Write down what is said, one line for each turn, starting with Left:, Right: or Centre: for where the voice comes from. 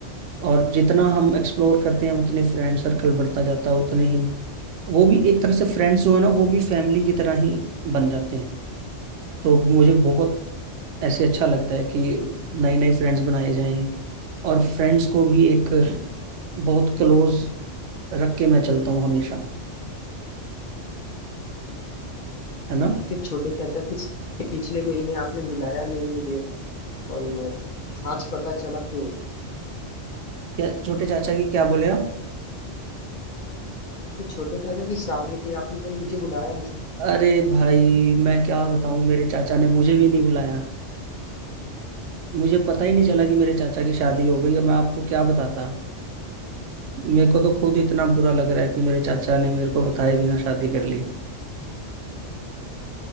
Right: और जितना हम एक्सप्लोर करते हैं उतने फ्रेंड सर्कल बढ़ता जाता है उतने ही वो भी एक तरह से फ्रेंड्स जो है ना वो भी फैमिली की तरह ही बन जाते हैं तो मुझे बहुत ऐसे अच्छा लगता है कि नए नए फ्रेंड्स बनाए जाएं और फ्रेंड्स को भी एक बहुत क्लोज रख के मैं चलता हूँ हमेशा है ना
Left: उसके छोटे चाचा किस के पिछले महीने आपने बुलाया नहीं मुझे और मैं आज पता चला तो
Right: क्या छोटे चाचा की क्या बोले आप
Left: आपके छोटे चाचा की शादी थी आपने तो मुझे बुलाया नहीं
Right: अरे भाई मैं क्या बताऊं मेरे चाचा ने मुझे भी नहीं बुलाया मुझे पता ही नहीं चला कि मेरे चाचा की शादी हो गई अब मैं आपको क्या बताता मेरे को तो खुद इतना बुरा लग रहा है कि मेरे चाचा ने मेरे को बताए बिना शादी कर ली